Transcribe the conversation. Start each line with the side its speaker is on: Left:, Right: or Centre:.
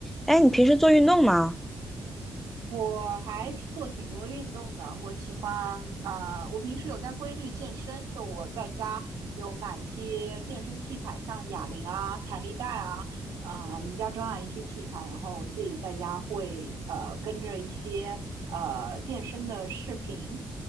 Centre: 哎，你平时做运动吗？
Right: 我还挺做挺多运动的，我喜欢呃，我平时有在规律健身，就我在家有买一些健身器材，像哑铃啊、弹力带啊、啊、瑜伽砖啊一些器材，然后我自己在家会呃跟着一些呃健身的视频，